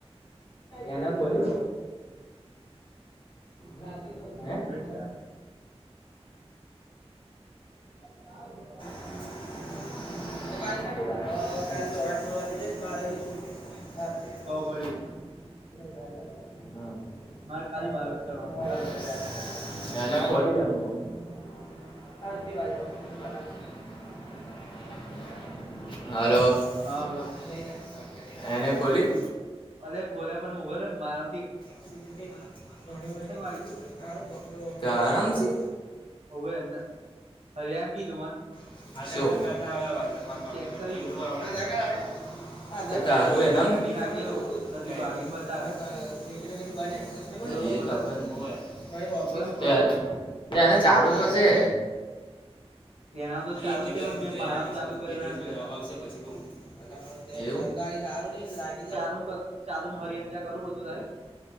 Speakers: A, on the left; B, on the right.
A: એના
B: આગળ
A: કોલી રાધે જો હે
B: કમ્પ્લીટ
A: <unintelligible>
B: છે આગળ <unintelligible>
A: કાલ <unintelligible> કાલ શનિવાર આઠ નવ વાગે જ ઇશ બારે બ સુ <unintelligible> હે
B: મળળીએ,
A: <unintelligible>
B: મારે ખાલી બાર જ કરવાનું હાલો
A: એને ખોલી એમ કવ <unintelligible> હાલો
B: હા બોલ
A: <inaudible> એને ખોલ્યું?
B: અ ખોલ્યા પણ ઉભાઈને મારામથી,
A: <unintelligible>
B: આઈડી
A: આ ર મસી
B: હોવે હર એને કીધુ મને
A: <unintelligible>
B: ચેક કરી જો તમે
A: તારું
B: એનું યુપીઆઈ
A: એ નામ
B: આઈડી
A: <unintelligible>
B: નાખેલું તો હજુ લોગીન બતાવે એવ ખોલે ને તો ઉભો રે હું કરું
A: <unintelligible> ને ચાલુ તો છે,
B: એના તો
A: અહી
B: ચાલુ
A: એક જગ્યાજ
B: જ છે પણ મેં મારામાં ચાલુ કરેલું
A: બે દિવસમાં
B: એન પેલા
A: જવાબ આવશે પછી કવ એ સરકારી સારું નહિ લાગે એવુ
B: ચાલુમ ચાલુમ હરિયનચ કરું બજું સાઈ